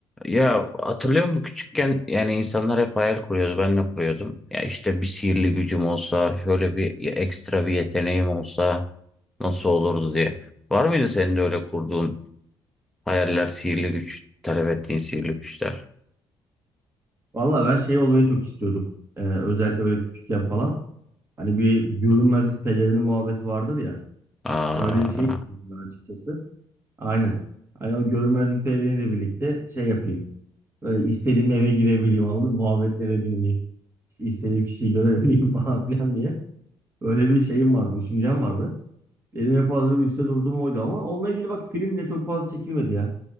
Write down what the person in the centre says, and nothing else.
Ya hatırlıyor musun küçükken yani insanlar hep hayal kuruyordu ben de kuruyordum. Ya işte bir sihirli gücüm olsa şöyle bir ekstra bir yeteneğim olsa nasıl olurdu diye. Var mıydı senin de öyle kurduğun hayaller sihirli güç talep ettiğin sihirli güçler?
Aa.